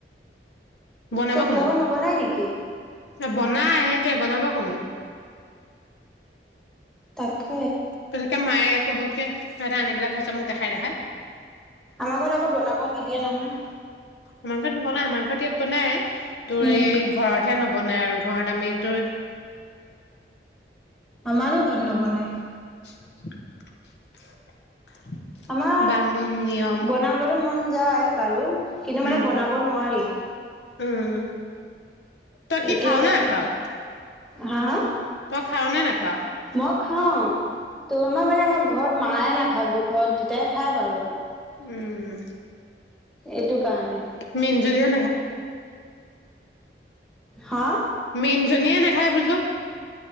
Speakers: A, in the centre; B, on the left.
A: তহঁতৰ
B: বনাব কোনে
A: ঘৰত নবনাই নিকি
B: বনাই এতিয়া বনাব কোনে
A: তাকে
B: পিছতকে মায়ে ক'ব কি তহঁতে আনি পেলাই খাইছ মোক দেখাই দেখাই
A: আমাৰ ঘৰত আকৌ বনাব নিদিয়ে নহয়
B: আমাৰ ঘৰত বনাই আমাৰ ঘৰত ইয়াত বনাই তোৰ
A: উম,
B: এই ঘৰ হে নবনাই আৰু ঘৰত আমিটো
A: আমাৰো ঘৰত নবনাই
B: <unintelligible>
A: আমাৰ
B: বামুণ নিয়ম
A: বনাবলৈ মন যায় বাৰু কিন্তু
B: উম
A: মানে বনাব নোৱাৰি
B: উম তই কি
A: এতিয়া
B: খাও
A: তাকে
B: নে নেখাও
A: হা হা
B: তই খাও নে নাখাও
A: অ খাও তোৰমাৰ মানে আমাৰ ঘৰত মায়ে নাখাও বুলি কয় ঘৰত দেউতাই খাই বাৰু
B: উম
A: এইটো কাৰণে
B: মিনজনীয়ে
A: হা
B: মেইন জনীয়ে নেখায় হাই বুজো